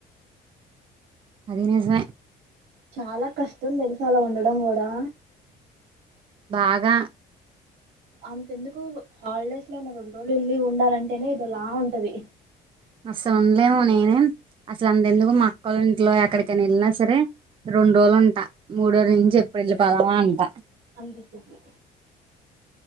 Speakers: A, on the right (about 30°); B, on the right (about 80°).
A: అది నిజమె
B: చాలా కష్టం తెలుసా అలా ఉండడం కూడా
A: బాగా
B: అంతెందుకు హాలిడేస్ లోయినా రెండు రోజులు వెళ్లి ఉండాలంటేనే ఏదోలా ఉంటది
A: అసలు ఉండలేము నేనే అసలు అంతెందుకు మ అక్కలింట్లో ఎక్కడికనా వెళ్ళినా సరే రెండు రోజులు ఉంటా మూడో రోజు నుంచె వెళ్ళి పోదామా అంట
B: అంగుకు చెప్పి